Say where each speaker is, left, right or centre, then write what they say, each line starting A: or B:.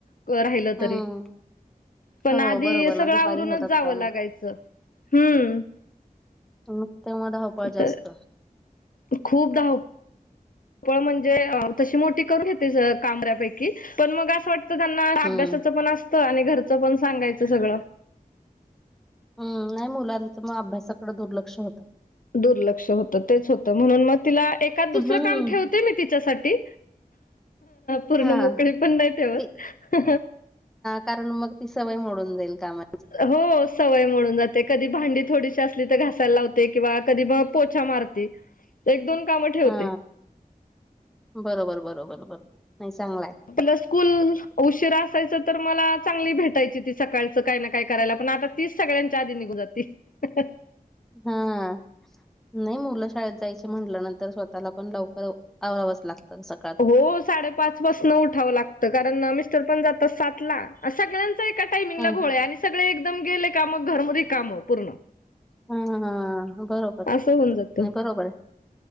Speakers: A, on the left; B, in the centre.
A: क राहिलं
B: हम्म
A: तरी पण
B: हो
A: आधी
B: बरोबर ना
A: सगळं
B: दुपारी
A: आवरूनच
B: होतात
A: जावं
B: काम
A: लागायचं. हुं...
B: नुकतं मग धावपळ जास्त.
A: तर खूप धाव पळ म्हणजे तशी मोठी करून घेते, सगळं काम बऱ्यापैकी पण मग असं वाटतं त्यांचं त्यांना
B: हम्म
A: अभ्यासाचं पण असतं, आणि घरचं पण सांगायचं सगळं.
B: ह नाही मुलांचं मग अभ्यासाकडं दुर्लक्ष होतं.
A: दुर्लक्ष होतं, तेच होतं म्हणून मग तिला एखादं
B: हम्म
A: -दुसरं काम ठेव ते मी तिच्यासाठी, पूर्ण
B: हा
A: मोकळी पण नाही ठेवत.
B: ते कारण मग ती सवय मोडून जाईल कामा
A: हो सवय मोडून जाते, कधी भांडी थोडीशी असली तर घासायला लावते किंवा कधी मग पोछा मारते. एक- दोन कामं ठेवते.
B: हा बरोबर बरोबर बरोबर नाही चांगलाय.
A: आपल स्कूल. उशिरा असायचं तर मला चांगली भेटायची ती सकाळचं काय ना काय करायला पण आता तीच सगळ्यांच्या आधी निघून जातील. ''हं'' हं''
B: ''हं'' नाही मुलं शाळेत जायची म्हटल्या नंतर स्वतःला पण लवकर आवरावंच लागतं सकाळी.
A: हो, साडेपाच पासन उठावं लागतं कारण मिस्टर पण जातात सातला. सगळ्यांचा एका टायमिंगला
B: हा
A: गोळ आणि सगळे एकदम गेले का मग घर रिकाम पूर्ण.
B: हा हा, बरोबर
A: असं होऊन जातं
B: नाही बरोबर आहे.